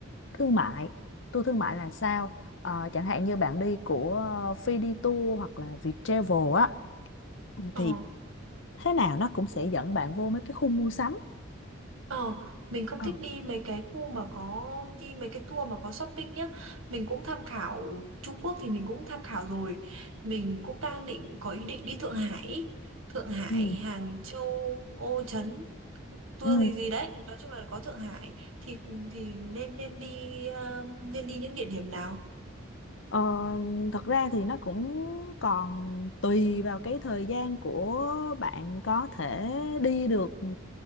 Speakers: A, on the left (about 65°); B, on the right (about 85°).
A: thương mại tour thương mại là sao Ờ, chẳng hạn như bạn đi của Phi đi Tour hoặc là Viettravel á
B: Ờ.
A: thì thế nào nó cũng sẽ dẫn bạn vô mấy cái khu mua sắm
B: Ờ, mình không
A: Ờ.
B: thích đi mấy cái khu mà có đi mấy cái tour mà có shopping nhá. Mình cũng tham khảo Trung Quốc thì mình cũng tham khảo rồi. Mình cũng đang định có ý định đi Thượng Hải, ý. Thượng Hải,
A: ừ
B: Hàng Châu, Ô Trấn, tour
A: ừ
B: gì gì đấy. Nói chung là có Thượng Hải thì thì nên nên đi ờ, nên đi những địa điểm nào?
A: Ờ, thật ra thì nó cũng còn tùy vào cái thời gian của bạn có thể đi được ừ,